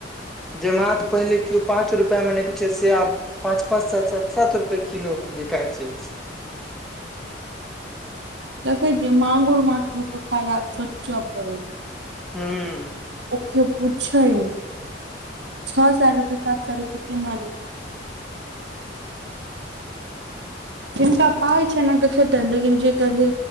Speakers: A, in the centre; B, on the right (about 70°).
A: जे माछ पहिले कियो पाँच रुपआ मे नै पुछे से आब पाँच पाँच सात सात सात रुपए किलो बिकाय छै
B: देखे छिय मांगुर माछ के खाय ला सोचय पड़े छै
A: हूॅं
B: ओ कियो पुछै नए छ सए रुपए सात साए रुपए केना लेतय <inaudible> जिनका पाइ छै ने तऽ खेतै लेकिन जे करे